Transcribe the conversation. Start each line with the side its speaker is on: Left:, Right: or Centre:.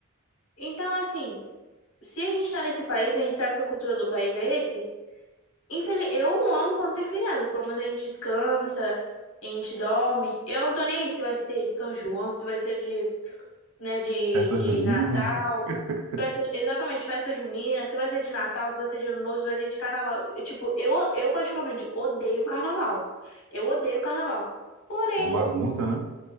Left: Então, assim, se a gente está nesse país, a gente sabe que a cultura do país é esse. Infeliz... Eu amo quando tem feriado, que pelo menos a gente descansa, a gente dorme. Eu não tô nem aí se vai ser de São João, se vai ser de, né, de,
Right: Festa
Left: de
Right: junina,
Left: Natal,
Right: <laughs> é
Left: festa, exatamente, festa junina, se vai ser de Natal, se vai ser de Ano Novo, se vai ser de Carnaval. E, Tipo, eu, eu particularmente odeio Carnaval. Eu odeio Carnaval. Porém,
Right: uma bagunça, né?